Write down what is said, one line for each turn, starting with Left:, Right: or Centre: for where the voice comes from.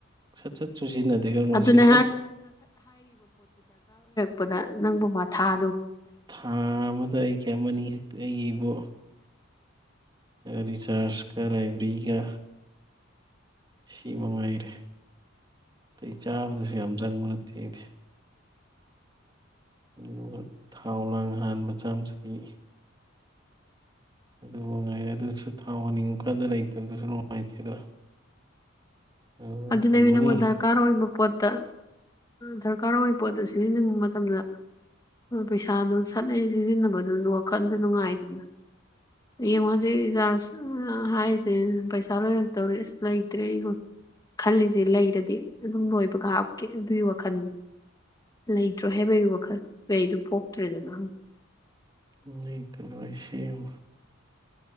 Right: ꯁꯠ ꯁꯠ ꯁꯤꯖꯤꯟꯅꯗꯦ ꯈꯪꯕ
Left: ꯑꯗꯨꯅꯦ
Right: ꯁꯤ ꯁꯠ ꯁꯠ
Left: ꯄꯗ ꯅꯪꯕꯨ ꯃꯊꯥꯗꯨ
Right: ꯊꯥ ꯑꯃꯗ ꯑꯩꯒꯤ ꯑꯃꯅꯤ ꯈꯛꯇ ꯑꯩꯒꯤꯕꯨ ꯔꯤꯆꯥꫪꯖ ꯀ ꯂꯥꯏꯕ꯭ꯔꯤꯒ ꯁꯤ ꯃꯉꯥꯏꯔꯦ ꯑꯇꯩ ꯆꯥꯕꯗꯨꯁꯨ ꯌꯥꯝ ꯆꯪꯕ ꯅꯠꯇꯦ ꯑꯩꯗꯤ ꯑꯗꯨꯒ ꯊꯥꯎ ꯂꯥꯡ ꯍꯥꯟꯕ ꯆꯥꯥꯝ ꯆꯅꯤ ꯑꯗꯨꯃ ꯉꯥꯏꯔꯦ ꯑꯗꯨꯁꯨ ꯊꯥꯎ ꯍꯥꯟꯅꯤꯡꯉꯨꯀꯥꯟꯗ ꯂꯩꯇꯕꯗꯨꯁꯨ ꯅꯨꯡꯉꯥꯏꯇꯦꯗꯅ ꯑꯗꯨꯅ
Left: ꯑꯗꯨ
Right: ꯊꯝꯃꯅꯤ
Left: ꯅꯪꯕꯨ ꯗꫪꯀꯥꫪ ꯑꯣꯏꯕ ꯄꯣꯠ ꯇ ꯗꫪꯀꯥꫪ ꯑꯣꯏ ꯄꯣꯠꯇꯣ ꯁꯤꯖꯟꯅꯅꯤꯡꯕ ꯃꯇꯝꯗ ꯄꯩꯁꯥ ꯅꯨꯡ ꯁꯠ ꯍꯦꯛ ꯁꯤꯖꯤꯟꯅꯕꯗꯨꯏ ꯋꯥ ꯈꯟꯗꯨ ꯅꯨꯡꯉꯥꯏꯗꯅ ꯌꯦꯡꯉꯣ ꯍꯧꯖꯤꯛ ꯔꯤꯆꯥꯥꯔꯖ ꯍꯥꯏꯁꯦ ꯄꯩꯁꯥ ꯂꯣꯏꯔꯛꯇꯧꯔꯦ ꯑꯁ ꯂꯩꯇ꯭ꯔꯦ ꯑꯩ ꯈꯜꯂꯤꯁꯦ ꯂꯩꯔꯗꯤ ꯑꯗꯨꯝ ꯂꯣꯏꯕꯒ ꯍꯥꯞꯀꯦ ꯑꯗꯨꯒꯤ ꯋꯥꯈꯜ ꯂꯩꯇ꯭ꯔꯦ ꯍꯥꯏꯕꯒꯤ ꯋꯥꯈꯜ ꯀꯩꯗꯨ ꯄꯣꯛꯇ꯭ꯔꯦꯗꯅ
Right: <unintelligible>